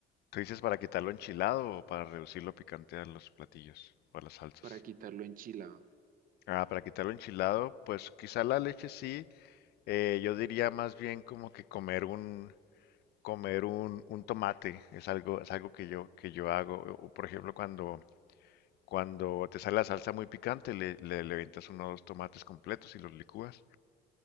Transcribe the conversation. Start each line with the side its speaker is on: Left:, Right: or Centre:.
Left: ¿Tú dices para quitarlo enchilado o para reducirlo picante a los platillos o a las salsas?
Right: Para quitarlo enchilado.
Left: Ah, para quitarlo enchilado, pues quizá la leche sí. Eh, yo diría más bien como que comer un comer un, un tomate es algo es algo que yo que yo hago o, o, por ejemplo cuando cuando te sale la salsa muy picante le le, le avientas unos tomates completos y los licúas.